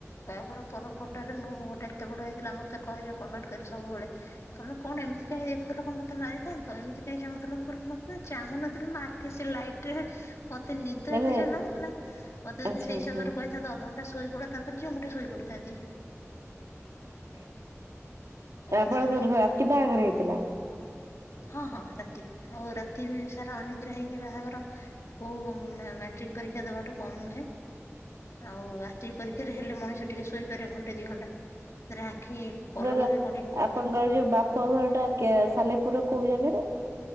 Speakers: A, on the left; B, on the right.
A: ବହାଘର ପର ଫଟୋରେ ମୋ ମୁହଁ ଟା ଏତେ ବଡ ହେଇଥିଲା ମତେ କହିବେ କମେଣ୍ଟ କରି ସବୁବେଳେ। ତମେ କଣ ଏମିତି କାହିଁ ଦେଖୁଥିଲ କଣ ମତେ ମାରିଥାନ୍ତ ତ? ଏମିତି କାହିଁ ଚାହୁଥିଲ ବୋଲି ମତେ ଚାହୁଁନଥିଲି ମ ଆଖ କି ସେ ଲାଇଟ ରେ ମତେ ନିଦ
B: ମାନେ
A: ଏତେ ଜୋର ଲାଗୁଥିଲା। ମତେ ଯଦି
B: ଆଚ୍ଛା
A: ସେଇ
B: ଆଚ୍ଛା।
A: ସମୟରେ କହିଥାନ୍ତ ଅ ଧଣ୍ଟା ଶୋଇପଡ ତାପରେ ଯିବ ମୁଁ ଟିକେ ଶୋଇ ପଡିଥାନ୍ତି।
B: <inaudible>
A: ରାତି
B: ଆପଣଙ୍କର
A: ସାରା ଅନିଦ୍ରା
B: ରାତି ବାହାଘର ହେଇଥିଲା
A: ହଁ ହଁ, ରାତି ଆଉ ରାତି ବି ସାରା ଅନିଦ୍ରା ହେଇକି ବାହାଘର। କଉ ମାଟ୍ରିକ ପରୀକ୍ଷା ଦେବାଠୁ କମ୍ ନୁହେଁ। ଆଉ ମାଟ୍ରିକ୍ ପରୀକ୍ଷାରେ ହେଲେ ମଣିଷ ଟିକେ ଶୋଇପାରେ ଘଣ୍ଟେ ଦୁଇ ଘଣ୍ଟା ସେଥିରେ ଆଖି ପଲକ
B: ର
A: ବି ପଡ଼ିନି
B: ଆପଣଙ୍କର ଯୋଉ ବାପ ଘରଟା ସାଲେପୁର କୋଉ ଜାଗାରେ।